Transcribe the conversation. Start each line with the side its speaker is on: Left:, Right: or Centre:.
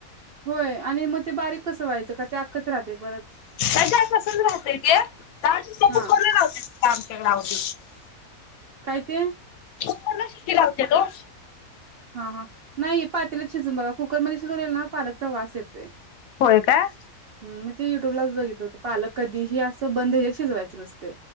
Right: होय आणि मग ते बारीक कसं व्हायचं का ते आख च राहतय परत
Left: <unintelligible> तसंच राहतय ते डाळ कुकर
Right: हा
Left: ला लावत्यात <unintelligible>
Right: काय ते
Left: कुकरला शिटी लावत्यात ओ
Right: हा हा नाही पातेल्यात शिजून बघा कुकरमध्ये शिजरलेल ना पालकचा वास येतोय, <unintelligible>
Left: होय काय
Right: हम् मग ते युट्यूबलाच बघितलं होत पालक कधीही अस <unintelligible> बंद हित शिजवायच नसत <unintelligible>